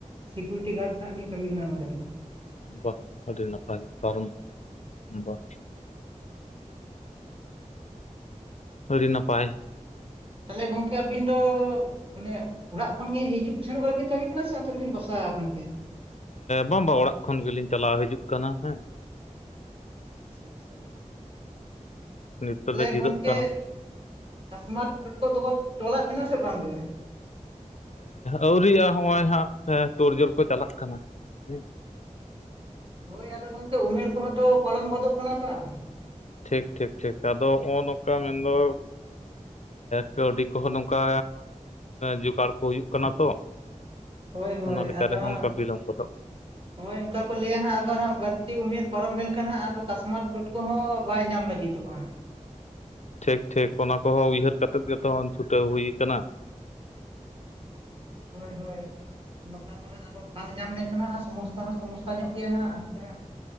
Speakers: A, on the right; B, on the left.
A: ᱥᱤᱠᱩᱨᱤᱴᱤ ᱜᱟᱨᱰ ᱱᱟᱜ ᱞᱤᱧ ᱠᱟᱹᱢᱤ ᱠᱟᱱᱟ ᱱᱚᱰᱮ ᱨᱮᱦᱚᱸ
B: ᱵᱟᱦ ᱟᱹᱰᱤ ᱱᱟᱯᱟᱭ <unintelligible> ᱜᱮᱟᱨ ᱟᱹᱰᱤ ᱱᱟᱯᱟᱭ
A: ᱛᱟᱦᱚᱞᱮ ᱜᱚᱝᱠᱮ ᱟᱹᱵᱤᱱ ᱫᱚ ᱚᱱᱮ ᱚᱲᱟᱜ ᱠᱷᱚᱱᱜ ᱦᱤᱡᱩᱜ ᱥᱮᱱᱚᱜ ᱵᱟᱲᱟ ᱵᱤᱱ ᱠᱟᱹᱢᱤ ᱠᱟᱱᱟ ᱥᱮ ᱚᱱᱛᱮ ᱨᱮᱵᱤᱱ ᱵᱟᱥᱟ ᱟᱠᱟᱱᱛᱮ
B: ᱵᱟᱝᱵᱟ ᱚᱲᱟᱜ ᱠᱷᱚᱱ ᱜᱮᱞᱤᱧ ᱪᱟᱞᱟᱣ ᱦᱤᱡᱩᱜ ᱠᱟᱱᱟ ᱦᱮᱸ
A: ᱟᱪᱪᱷᱟ ᱟᱪᱪᱷᱟ
B: ᱱᱤᱛ ᱫᱚᱞᱮ
A: ᱛᱟᱦᱚᱞᱮ
B: ᱡᱤᱨᱟᱹᱜ
A: ᱜᱚᱝᱠᱮ
B: ᱠᱟᱱᱟ
A: ᱠᱟᱥᱢᱟᱨ ᱴᱚᱴᱠᱚ ᱫᱚᱠᱚ ᱛᱚᱞᱟᱜ ᱵᱮᱱᱟ ᱥᱮ ᱵᱟᱝᱜᱮ
B: ᱟᱹᱣᱨᱤᱜᱼᱟ ᱱᱚᱜᱼᱚᱭ ᱦᱟᱸᱜ ᱛᱳᱲᱡᱷᱳᱲ ᱠᱚ ᱪᱟᱞᱟᱜ ᱠᱟᱱᱟ ᱦᱮᱸ
A: ᱦᱳᱭ ᱟᱫᱚ ᱜᱚᱝᱠᱮ ᱩᱢᱮᱨ ᱠᱚᱦᱚᱸ ᱫᱚ ᱯᱟᱨᱟᱢ ᱜᱚᱫᱚᱜ ᱠᱟᱱᱟ ᱵᱟᱝ
B: ᱴᱷᱤᱠ ᱴᱷᱤᱠ ᱴᱷᱤᱠ ᱟᱫᱚ ᱱᱚᱜᱼ ᱱᱚᱝᱠᱟ ᱢᱮᱱᱫᱚ ᱠᱟᱹᱣᱰᱤ ᱠᱚᱦᱚᱸ ᱱᱚᱝᱠᱟ ᱡᱚᱜᱟᱲ ᱠᱚ ᱦᱩᱭᱩᱜ ᱠᱟᱱᱟ ᱛᱚ
A: ᱦᱳᱭ ᱦᱳᱭ
B: ᱚᱱᱟᱠᱟ
A: ᱟᱫᱚ
B: ᱨᱮᱦᱚᱸ
A: ᱦᱟᱸᱜ
B: ᱚᱱᱠᱟ ᱵᱤᱞᱚᱢ ᱜᱚᱫᱚᱜ
A: ᱦᱳᱭ ᱚᱱᱠᱟ ᱞᱮᱭᱟ ᱦᱟᱸᱜ ᱟᱵᱚ ᱦᱟᱜ ᱵᱟᱹᱲᱛᱤ ᱩᱢᱮᱨ ᱯᱟᱨᱚᱢ ᱞᱮᱱᱠᱷᱟᱱ ᱦᱟᱸᱜ ᱟᱫᱚ ᱠᱟᱥᱢᱟᱨ ᱥᱚᱴᱠᱚ ᱦᱚᱸ ᱵᱟᱭ ᱧᱟᱢ ᱞᱟᱹᱜᱤᱫᱚᱜᱼᱟ
B: ᱴᱷᱤᱠ ᱴᱷᱤᱠ ᱚᱱᱟ ᱠᱚᱦᱚᱸ ᱩᱭᱦᱟᱹᱨ ᱠᱟᱛᱮᱫ ᱜᱮᱛᱚ ᱪᱷᱩᱴᱟᱹᱣ ᱦᱩᱭ ᱟᱠᱟᱱᱟ
A: ᱦᱳᱭ ᱦᱳᱭ <unintelligible> ᱫᱚ ᱦᱟᱸᱜ ᱵᱟᱝ ᱧᱟᱢ ᱞᱮᱱᱠᱷᱟᱱ ᱥᱚᱢᱚᱥᱥᱟ ᱦᱚᱸ ᱥᱚᱢᱚᱥᱥᱟ ᱧᱚᱜ ᱜᱮᱭᱟ ᱦᱟᱜ ᱚᱱᱛᱮ